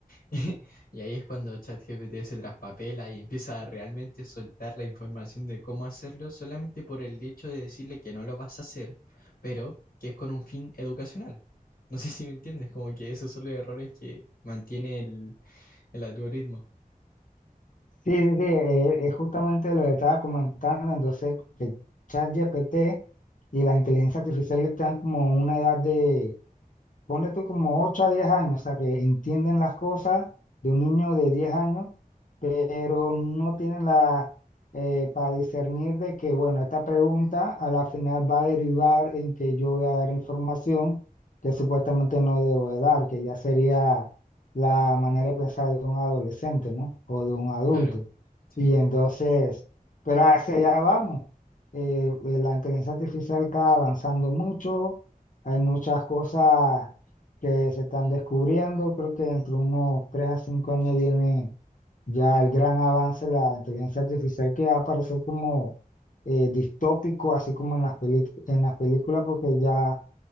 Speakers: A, on the left; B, on the left.
A: <laughs> Y ahí es cuando ChatGPT se traspapela y empieza a realmente soltar la información de cómo hacerlo solamente por el hecho de decirle que no lo vas a hacer, pero que es con un fin educacional. No sé si me entiendes, como que esos son los errores que mantiene el, el algoritmo.
B: Sí, sí, sí, eh, es justamente lo que estaba comentando, entonces que ChatGPT y la inteligencia artificial están como en una edad de, Ponle tú como 8 a 10 años, o sea, que entienden las cosas de un niño de 10 años, pero no tienen la, eh, para discernir de que, bueno, esta pregunta a la final va a derivar en que yo voy a dar información que supuestamente no debo de dar, que ya sería la manera de pensar de un adolescente, ¿no? O de un adulto.
A: Claro, sí,
B: Y entonces, pero hacia allá vamos. Eh, la inteligencia artificial está avanzando mucho, hay muchas cosas que se están descubriendo. Creo que dentro de unos 3 a 5 años viene ya el gran avance de la inteligencia artificial que va a parecer como eh, distópico, así como en las peli- en las películas, porque ya